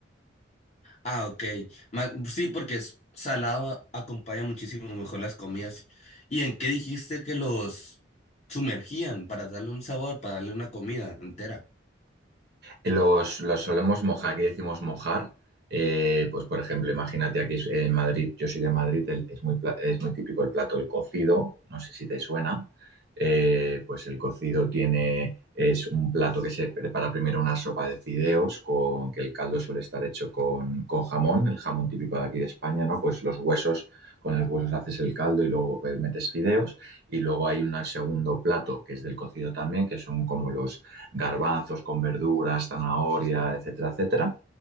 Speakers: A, on the left; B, on the right.
A: ah, ok. Ma- sí, porque es salado a- acompaña muchísimo mejor las comidas. ¿Y en qué dijiste que los sumergían para darle un sabor, para darle una comida entera?
B: Los, los solemos mojar, aquí decimos mojar. Eh, pues, por ejemplo, imagínate aquí es- en Madrid, yo soy de Madrid, el- es muy, pla- es muy típico el plato el cocido, no sé si te suena. Eh, pues el cocido tiene, es un plato que se prepara primero una sopa de fideos, con, que el caldo suele estar hecho con, con jamón, el jamón típico de aquí de España, ¿no? Pues los huesos, con los huesos haces el caldo y luego eh, metes fideos. Y luego hay un segundo plato que es del cocido también, que son como los garbanzos con verduras, zanahoria, etcétera, etcétera.